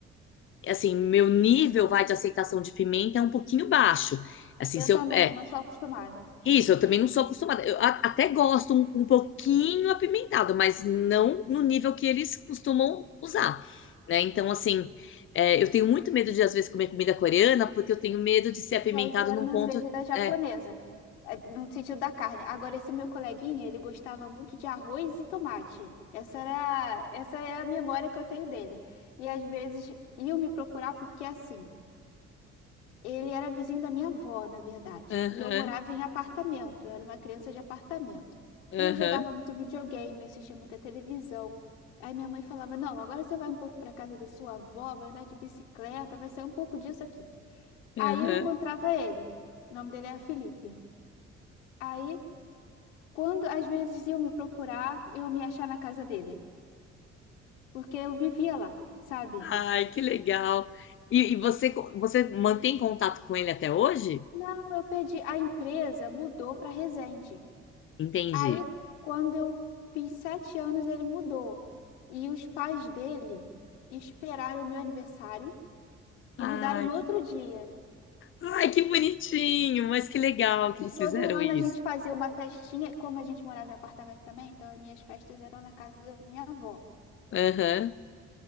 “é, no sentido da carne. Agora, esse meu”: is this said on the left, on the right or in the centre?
Left